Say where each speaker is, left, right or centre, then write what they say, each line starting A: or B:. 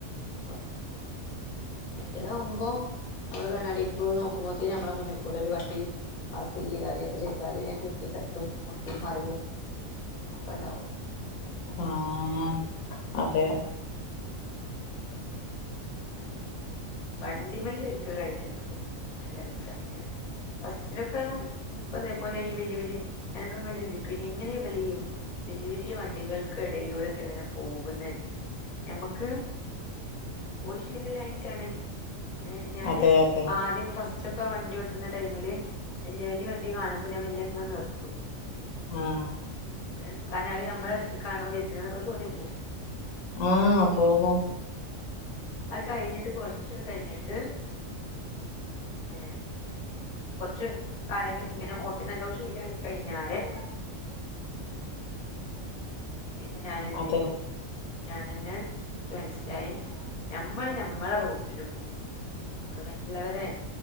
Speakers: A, on the left; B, on the left.
A: പോരാം മറ്റതാവുമ്പോ നമ്മള് കണ്ണാടികൂടെ നോക്കുമ്പോത്തേന് ഞമ്മളെ മുന്നിൽ കൂടെ ഒരു വണ്ടി പാസ്‌യ്യേ കാര്യൊക്കെ ചെയ്താല് ഞാൻ കുത്തും തട്ടും മുട്ടും മറയും ഒക്കെ ഇണ്ടാവും
B: ആഹ് അതെ
A: വണ്ടി മേല് ശരിക്കും റൈഡ് ന്നപോണം നല്ല രസാണ് ഞാൻ ഫസ്റ്റിലൊക്കെ ന്ക്ക് അതേപോലെ ഈ വല്യവല്യ ഞാനക്കങ്ങനെ ചിന്തിക്കും ഇനി എങ്ങനെയാ ഇവല് ഇ വല്യ വല്യ വണ്ടികൾക്കെടയിലൂടെ ക്കെങ്ങനെ പോക്ന്നേ ഞമ്മക്ക് പോയി ശീല ഇല്ലായ്ഞ്ഞിട്ടാണ് ഏ ഞാന്
B: അതെ അതെ
A: ആദ്യൊക്കെ ഫസ്റ്റ് ച്ചൊക്ക വണ്ടി ഓട്ടുന്ന ടൈമില് വല്യ വല്യ വണ്ടി കാണുമ്പ ഞാൻ മെല്ലെ ഇങ്ങനെ നിർത്തും
B: ആഹ്
A: ഏ കാരണം അത് ഞമ്മളടുത്ത്ക്കാണോ വരുന്ന എന്നൊക്കെ തോന്നിപ്പോവും
B: ആഹ് തോന്നും
A: അത് കഴിഞ്ഞിട്ട് കൊറച്ച് ഷൽ കഴിഞ്ഞിട്ട് ഏ കൊറച്ച് കാലങ്ങ് ഇങ്ങന ഓട്ടിനകം ശീലായി കഴിഞ്ഞാല് പിന്നെ ഞാൻ എന്ത്
B: അതെ
A: എയ്തു ഞാൻ എന്നെ നിക്ക് മനസ്സിലായി ഞമ്മൾ ഞമ്മള റൂട്ട്ന് പോവ ഞമ്മള് മറ്റുള്ളവരെ